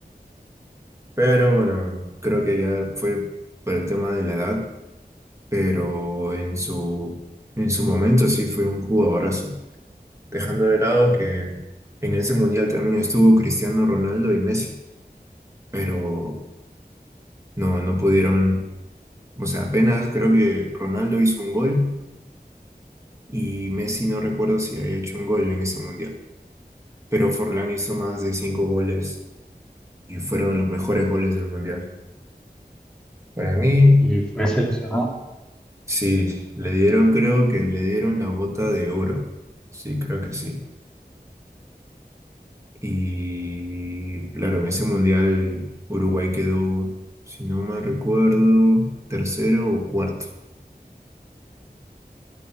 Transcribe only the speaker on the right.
Pero bueno, creo que ya fue por el tema de la edad, pero en su, en su momento sí fue un jugadorazo. Dejando de lado que en ese Mundial también estuvo Cristiano Ronaldo y Messi. pero no, no pudieron, o sea, apenas creo que Ronaldo hizo un gol y Messi no recuerdo si había hecho un gol en ese mundial, pero Forlán hizo más de cinco goles y fueron los mejores goles del mundial. Para mí,
sí, le dieron, creo que le dieron la bota de oro, sí, creo que sí. Y claro, en ese mundial Uruguay quedó, si no me recuerdo, tercero o cuarto.